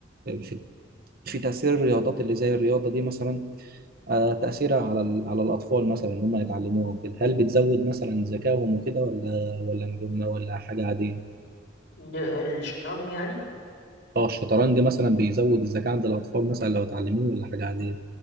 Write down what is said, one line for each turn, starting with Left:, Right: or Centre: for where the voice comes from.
Right: في في تاثير الرياضات اللي زي الرياضه دي مثلا آه، تاثيرها على ال- على الاطفال مثلا ان هم يتعلموها وكده هل بتزود مثلا ذكائهم وكده ولا ولا م- ولا حاجه عاديه
Left: د- الشطرنج يعني
Right: اه الشطرنج مثلا بيزود الذكاء عند الاطفال مثلا لو اتعلموه ولا حاجه عاديه